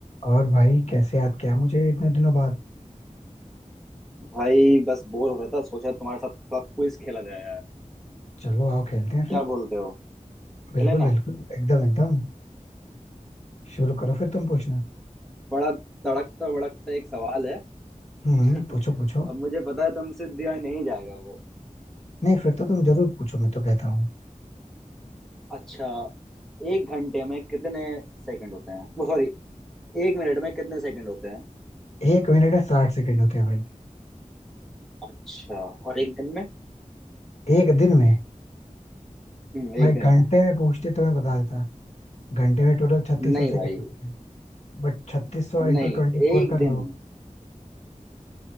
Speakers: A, on the left; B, in the centre.
A: और भाई कैसे याद किया मुझे इतने दिनों बाद
B: भाई बस बोर हो रहा था सोचा तुम्हारे साथ थोड़ा क्विज खेला जाए यार
A: चलो आओ खेलते हैं फिर
B: क्या बोलते हो
A: बिल्कुल
B: खेले ना
A: बिल्कुल एकदम एकदम शुरू करो फिर तुम पूछना
B: बड़ा तड़कता भड़कता एक सवाल है
A: हम्म
B: <laughs>
A: पूछो पूछो
B: अब मुझे पता है तुमसे दिया नहीं जाएगा वो
A: नहीं फिर तो तुम जरूर पूछो मैं तो कहता हूँ
B: अच्छा एक घंटे में कितने सेकंड होते हैं वो सॉरी एक मिनट में कितने सेकंड होते हैं
A: एक मिनट में साठ सेकंड होते हैं भाई
B: अच्छा और एक दिन में
A: एक दिन में
B: हम्म एक
A: भाई घंटे
B: दिन में
A: में पूछते तो मैं बता देता घंटे में टोटल छत्तीस
B: नहीं
A: सौ सेकेंड
B: भाई
A: होते हैं बट छत्तीस सौ इंटू
B: नहीं
A: ट्वेंटी फोर
B: एक
A: कर
B: दिन
A: लो